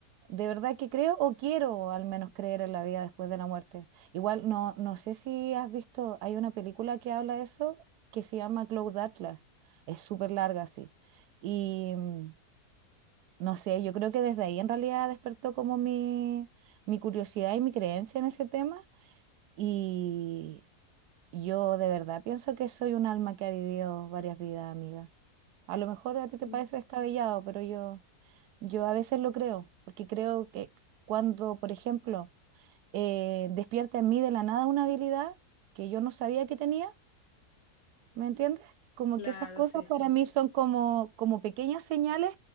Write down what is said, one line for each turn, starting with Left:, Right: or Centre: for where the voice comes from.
Right: de verdad que creo o quiero al menos creer en la vida después de la muerte. Igual no, no sé si has visto, hay una película que habla de eso que se llama Cloud Atlas. Es súper larga, sí. Y mm, no sé, yo creo que desde ahí en realidad despertó como mi, mi curiosidad y mi creencia en ese tema. Y yo de verdad pienso que soy un alma que ha vivido varias vidas, amiga. A lo mejor a ti te
Left: Mm.
Right: parece descabellado, pero yo, yo a veces lo creo, porque creo que cuando, por ejemplo, eh, despierta en mí de la nada una habilidad que yo no sabía que tenía, ¿me entiendes? Como
Left: Claro,
Right: que esas cosas
Left: sí, sí.
Right: para mí son como, como pequeñas señales